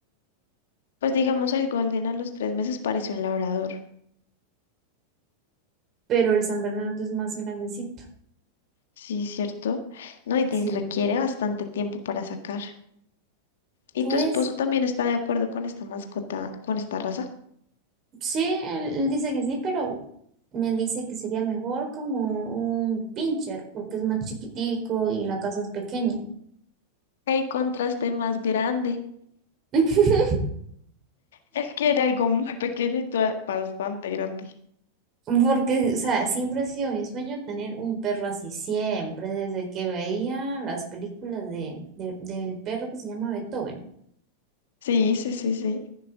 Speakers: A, on the left; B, on the right.
A: Pues digamos el Golden a los tres meses parece un labrador.
B: pero el San Bernardo es más grandecito.
A: Sí, cierto. No, y te
B: Sí,
A: requiere bastante tiempo para sacar. ¿Y
B: por
A: tu esposo
B: eso.
A: también está de acuerdo con esta mascota, con esta raza?
B: Sí, él, él dice que sí, pero me dice que sería mejor como un pincher, porque es más chiquitico y la casa es pequeña.
A: ¿Qué contraste más grande?
B: <laughs>
A: Él quiere algo muy pequeño y tú a- bastante grande.
B: Porque, o sea, siempre ha sido mi sueño tener un perro así, siempre, desde que veía las películas de, de- del perro que se llama Beethoven.
A: Sí, sí, sí, sí.